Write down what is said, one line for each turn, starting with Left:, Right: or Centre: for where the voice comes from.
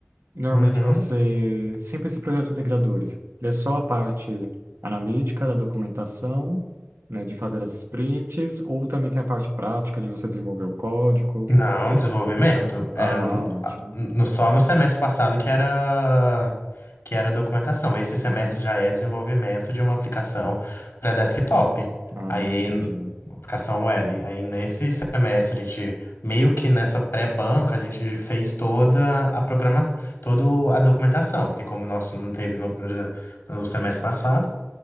Right: Normalmente
Left: Uhum.
Right: você... Sempre esses projetos integradores. Ele é só a parte analítica da documentação, né, de fazer as sprints, ou também tem a parte prática de você desenvolver o código.
Left: Não, desenvolvimento.
Right: Ah,
Left: Era n-
Right: ótimo.
Left: a- no, só no semestre passado que era que era documentação. Esse semestre
Right: Aham.
Left: já é desenvolvimento de uma aplicação para desktop.
Right: Ah,
Left: Aí,
Right: entendi.
Left: uma aplicação web. Aí nesse semestre a gente meio que nessa pré-banca a gente fez toda a programa, toda a documentação, porque como o nosso não teve no, proje- no semestre passado,